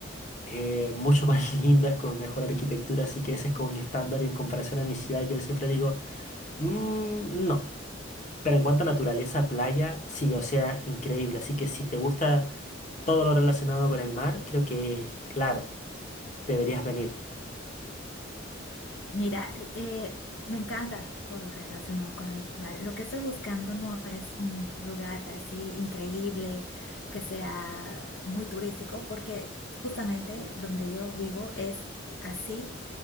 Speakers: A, on the left; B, on the left.
A: eh, mucho <laughs> más lindas con mejor arquitectura, así que ese es como mi estándar y en comparación a mi ciudad yo siempre digo, "Mm, no. Pero en cuanto a naturaleza, playa, sí, o sea, increíble. Así que si te gusta todo lo relacionado con el mar, creo que, claro, deberías venir.
B: Mira, eh, me encanta todo lo relacionado con el mar. Lo que estoy buscando no es un lugar así increíble, que sea muy turístico, porque justamente donde yo vivo es así.